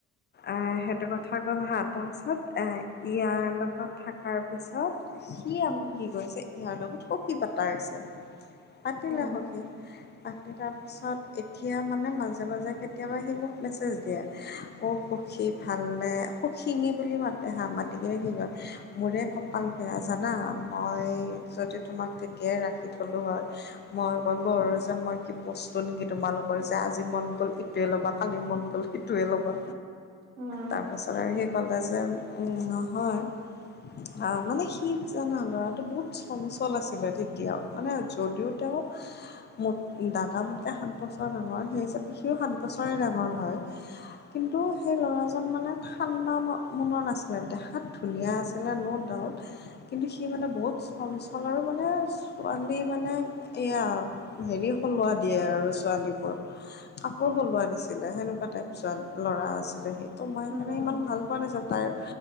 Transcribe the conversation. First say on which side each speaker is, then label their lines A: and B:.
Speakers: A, on the left; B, on the right.
A: এ এইটো কথা গ'ল হা, তাৰপাছত এ ইয়াৰ লগত থাকাৰ পিছত সি
B: উম
A: আকৌ কি কৰিছে, ইয়াৰ লগত সখী পাতা হৈছে। পাতিলে
B: উম
A: হওঁকেই <unintelligible> পাছত এতিয়া মানে মাজে-মাজে কেতিয়াবা সি মোক মেছেজ দিয়ে, অ', সখী ভাল নে সখীনী বুলি মাতে হা, মাতি কিনে কি কই মোৰে কপাল বেয়া জানা, মই যদি তোমাক তেতিয়াই ৰাখি থ'লো হয় মই ক'লো আৰু যে মই কি বস্তু নেকি তোমালোকৰ যে আজি মন গ'ল ইটোৱে ল'বা কালি মন গ'ল ইটোৱে ল'বা।
B: উম।
A: তাৰপাছত আৰু সি ক'লে যে, উম, নহয় আহ মানে সি জানা লৰাটো বহুত চঞ্চল আছিলে তেতিয়াও মানে যদিও তেওঁ মো দাদা মোতকে সাত বছৰ ডাঙৰ সেই হিচাপে সিও সাত বছৰে ডাঙৰ হয় কিন্তু সেই ল'ৰা জন মানে ঠাণ্ডা মনত নাছিলে দেখাত ধুনীয়া আছিলে ন' ডাউট কিন্তু সি মানে বহুত চঞ্চল আৰু মানে ছোৱালী মানে এয়া হেৰি সলোৱা দিয়ে আৰু ছোৱালীবোৰ কাপোৰ সলোৱা দিছিলে সেনেকুৱা টাইপচৰ ল'ৰা আছিলে সি ত' মই সেইকাৰণে
B: উম
A: ইমান ভাল পোৱা নাছিলোঁ তাইৰ